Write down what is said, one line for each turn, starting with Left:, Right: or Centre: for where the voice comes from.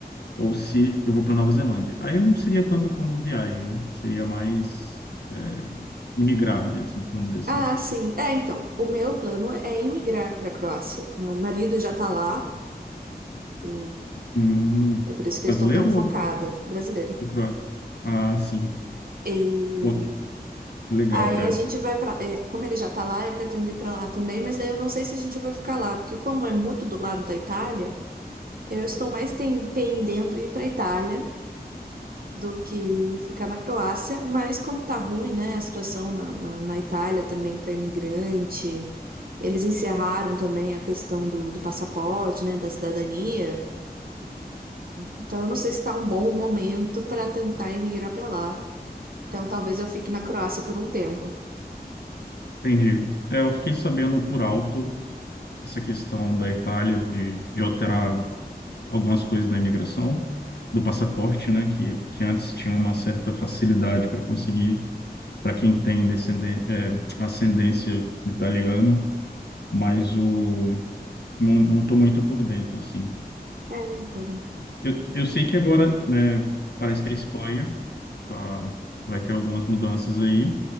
Left: ou se eu vou para Nova Zelândia. Aí não seria tanto como viagem, né? Seria mais é, imigrar mesmo, vamos dizer assim.
Right: Ah, sim. É, então, o meu plano é emigrar para a Croácia. Meu marido já tá lá e
Left: Hum,
Right: é por isso
Left: brasileiro
Right: que eu estou tão focada,
Left: ou,
Right: brasileira.
Left: ou croata? Ah, sim.
Right: E
Left: Pô, que legal,
Right: aí
Left: cara.
Right: a gente vai para, como ele já tá lá, eu pretendo ir para lá também, mas daí eu não sei se a gente vai ficar lá, porque como é muito do lado da Itália, eu estou mais ten- pendendo ir para a Itália. do que ficar na Croácia, mas como tá ruim, né, a situação na, na, na Itália também para imigrante, eles encerraram também a questão do, do passaporte, né, da cidadania, então eu não sei se tá um bom momento para tentar emigrar para lá, então talvez eu fique na Croácia por um tempo.
Left: Entendi. É, eu fiquei sabendo por alto essa questão da Itália de, de alterar algumas coisas na imigração, do passaporte, né? Que, que antes tinha uma certa facilidade para conseguir. Para quem tem descenden- é, ascendência italiana, mas o, Não, não tô muito por dentro, assim.
Right: É, então.
Left: Eu, eu sei que agora, né, parece que a Espanha tá, vai ter algumas mudanças aí,